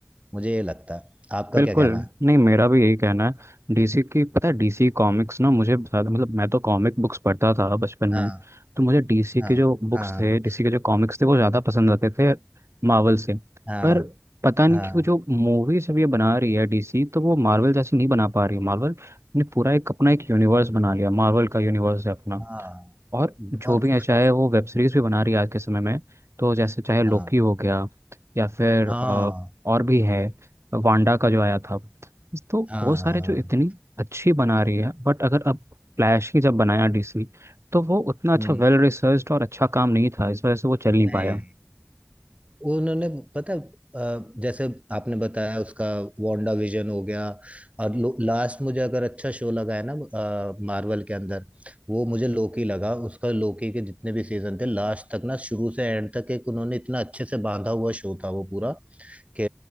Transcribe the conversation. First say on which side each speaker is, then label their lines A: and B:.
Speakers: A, on the right; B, on the right.
A: मुझे ये लगता है आपका
B: बिल्कुल
A: क्या कहना है?
B: नहीं मेरा भी यही कहना है डीसी की पता है डीसी कॉमिक्स ना मुझे ज़्यादा मतलब मैं तो कॉमिक बुक्स पढ़ता था बचपन में
A: हाँ
B: तो मुझे डीसी के
A: हाँ
B: जो बुक्स
A: हाँ
B: थे डीसी के जो कॉमिक्स थे वो ज़्यादा पसंद आते थे मार्वल से
A: हाँ
B: पर पता नहीं
A: हाँ
B: क्यों जो मूवीज अब ये बना रही है डीसी तो वो मार्वल जैसी नहीं बना पा रही है मार्वल ने पूरा एक अपना एक यूनिवर्स बना लिया मार्वल का यूनिवर्स है अपना
A: हाँ
B: और जो
A: और
B: भी है चाहे वो वेब सीरीज भी बना रही है आज के समय में तो जैसे चाहे लोकी
A: हाँ
B: हो गया या फिर
A: हाँ
B: अ, और भी है वांडा का जो आया था तो
A: हाँ
B: वो सारे
A: हाँ
B: जो इतनी अच्छी बना रही है बट अगर अब फ्लैश ही जब बनाया डीसी तो वो उतना अच्छा
A: हम्म
B: वेल रिसर्च्ड और अच्छा काम नहीं था इस वजह से वो चल नहीं
A: नहीं
B: पाया
A: उन्होंने पता अ, जैसे आपने बताया उसका वांडा विजन हो गया और लास्ट मुझे अगर अच्छा शो लगा है ना मार्वल के अंदर वो मुझे लोकी लगा उसका लोकी के जितने भी सीजन थे लास्ट तक ना शुरू से एंड तक एक उन्होंने इतना अच्छे से बांधा हुआ शो था वो पूरा कि